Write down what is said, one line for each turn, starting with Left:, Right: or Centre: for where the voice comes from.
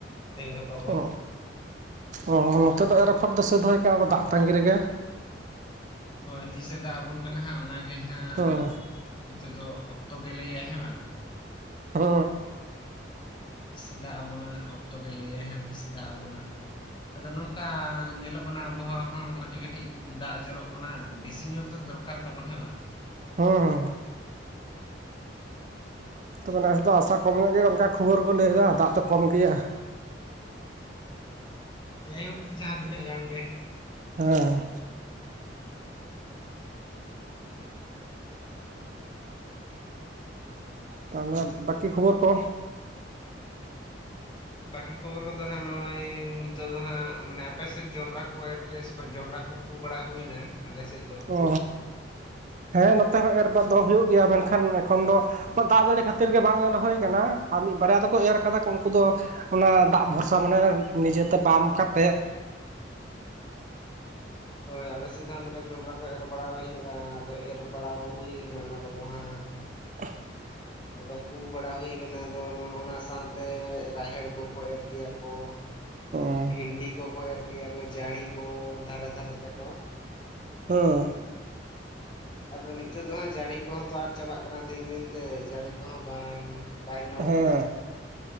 Left: ᱛᱮᱦᱤᱧ ᱜᱟᱯᱟ ᱠᱚ
Right: ᱚ ᱚ ᱱᱚᱛᱮ ᱫᱚ ᱮᱨ ᱟᱯᱷᱚᱨ ᱫᱚ ᱥᱟᱹᱫ ᱦᱩᱭ ᱟᱠᱟᱱᱟ ᱟᱫᱚ ᱫᱟᱜ ᱛᱟᱺᱜᱤ ᱨᱮᱜᱮ
Left: ᱦᱳᱭ ᱛᱤᱥᱮ ᱫᱟᱜ ᱟᱵᱚᱱ ᱠᱟᱱᱟ ᱦᱟᱸᱜ ᱚᱱᱟ ᱜᱮ ᱦᱟᱸᱜ
Right: ᱚᱸ᱾
Left: ᱱᱤᱛᱚᱜ ᱫᱚ ᱚᱠᱛᱚ ᱜᱮ ᱞᱟᱹᱭᱟᱭ ᱦᱮᱸ ᱵᱟᱝ?
Right: ᱦᱳ᱾
Left: ᱛᱤᱥᱮ ᱫᱟᱜ ᱟᱵᱚᱱᱟ ᱚᱠᱛᱚ ᱜᱮ ᱞᱟᱹᱭᱟᱭ ᱦᱟᱸᱜ ᱛᱤᱥᱮ ᱫᱟᱜ ᱟᱵᱚᱱᱟ᱾ ᱟᱫᱚ ᱱᱚᱝᱠᱟ ᱧᱮᱞᱚᱜ ᱠᱟᱱᱟ ᱟᱵᱚᱦᱟᱸ ᱦᱚᱸ ᱠᱟᱹᱴᱤᱡ ᱠᱟᱹᱴᱤᱡ ᱫᱟᱜ ᱡᱚᱨᱚᱜ ᱠᱟᱱᱟ ᱵᱮᱥᱤ ᱧᱚᱜ ᱫᱚ ᱫᱚᱨ ᱠᱟᱨ ᱛᱟᱵᱚᱱ ᱦᱮᱸ ᱵᱟ?
Right: ᱦᱩᱸ᱾ ᱛᱚᱵᱮ ᱱᱮᱥ ᱫᱚ ᱟᱥᱟ ᱠᱚᱢ ᱧᱚᱸᱜ ᱜᱮ ᱚᱱᱠᱟ ᱠᱷᱚᱵᱚᱨ ᱠᱚ ᱞᱟᱹᱭᱫᱟ ᱫᱟᱜ ᱫᱚ ᱠᱚᱢ ᱜᱮᱭᱟ᱾
Left: ᱡᱟᱭᱦᱳᱠ ᱡᱟᱦᱟᱸ ᱛᱤᱱᱟᱹᱜ ᱜᱟᱱ ᱜᱮ᱾
Right: ᱦᱮᱸ᱾ ᱛᱟᱦᱚᱞᱮᱫ ᱵᱟᱠᱤ ᱠᱷᱚᱵᱚᱨ ᱠᱚ
Left: ᱵᱟᱹᱠᱤ ᱠᱷᱚᱵᱚᱨ ᱠᱚᱫᱚ ᱦᱟᱸᱜ ᱱᱚᱜᱼᱚᱭ ᱱᱤᱛᱚᱜ ᱫᱚ ᱦᱟᱸᱜ ᱢᱟᱱᱮ ᱟᱯᱮ ᱥᱮᱫ ᱡᱚᱸᱰᱨᱟ ᱠᱚ ᱮᱨ ᱜᱮᱭᱟ ᱥᱮ ᱵᱟᱝ ᱡᱚᱸᱰᱨᱟ ᱠᱚ? ᱯᱩ ᱵᱟᱲᱟ ᱦᱩᱭ ᱱᱟ ᱟᱞᱮ ᱥᱮᱫ ᱫᱚ᱾
Right: ᱚ, ᱦᱮᱸ ᱱᱚᱛᱮ ᱦᱚᱸ ᱮᱨ ᱵᱟᱫ ᱫᱚᱦᱟ ᱦᱩᱭᱩᱜ ᱜᱮᱭᱟ ᱢᱮᱱᱠᱷᱟᱱ ᱮᱠᱷᱚᱱ ᱫᱚ ᱫᱟᱜ ᱡᱟᱹᱲᱤ ᱠᱷᱟᱹᱛᱤᱨ ᱜᱮ ᱵᱟᱝ ᱮᱨ ᱦᱳᱭ ᱠᱟᱱᱟ ᱟᱨ ᱢᱤᱫ ᱵᱟᱨᱭᱟ ᱫᱚᱠᱚ ᱮᱨ ᱠᱟᱫᱟ ᱠᱚ ᱩᱱᱠᱩ ᱫᱚ᱾ ᱚᱱᱮ ᱫᱟᱜ ᱵᱷᱚᱨᱥᱟ ᱢᱟᱱᱮ ᱱᱤᱡᱮᱛᱮ ᱯᱟᱢ ᱠᱟᱛᱮᱜ᱾
Left: ᱦᱳᱭ ᱟᱞᱮ ᱥᱮᱫ ᱫᱚ ᱦᱟᱸᱜ ᱚᱱᱠᱟ ᱡᱚᱱᱰᱨᱟ ᱠᱚ ᱮᱨ ᱵᱟᱲᱟ ᱦᱩᱭᱩᱜᱼᱟ ᱟᱫᱚ ᱮᱨ ᱵᱟᱲᱟᱣ ᱦᱩᱭ ᱠᱟᱱᱟ ᱚᱱᱟ ᱠᱚᱫᱚ ᱦᱟᱸᱜ᱾
Right: <inaudible>
Left: ᱟᱫᱚ ᱯᱩ ᱵᱟᱲᱟ ᱦᱩᱭ ᱠᱟᱱᱟ ᱟᱫᱚ ᱚᱱᱟ ᱚᱱᱟ ᱥᱟᱶᱛᱮ ᱨᱟᱦᱮᱲ ᱠᱚᱠᱚ ᱮᱨ ᱜᱮᱭᱟ ᱠᱚ᱾
Right: ᱦᱮᱸ
Left: ᱵᱷᱤᱱᱰᱤ ᱠᱚᱠᱚ ᱮᱨ ᱜᱮᱭᱟ ᱠᱚ ᱡᱟᱹᱲᱤ ᱠᱚ ᱫᱷᱟᱨᱮ ᱫᱷᱟᱨᱮ ᱛᱮᱠᱚ
Right: ᱦᱮᱸ᱾
Left: ᱟᱫᱚ ᱱᱤᱛᱳᱜ ᱫᱚ ᱦᱟᱸᱜ ᱡᱟᱹᱲᱤ ᱠᱚᱦᱚᱸ ᱛᱚ ᱟᱫ ᱪᱟᱵᱟᱜ ᱠᱟᱱᱟ ᱫᱤᱱ ᱫᱤᱱ ᱛᱮ ᱡᱟᱹᱲᱤ ᱠᱚᱦᱚᱸ ᱵᱟᱝ ᱵᱟᱭ ᱧᱟᱢᱚᱜ
Right: ᱦᱮᱸ
Left: ᱠᱟᱱᱟ᱾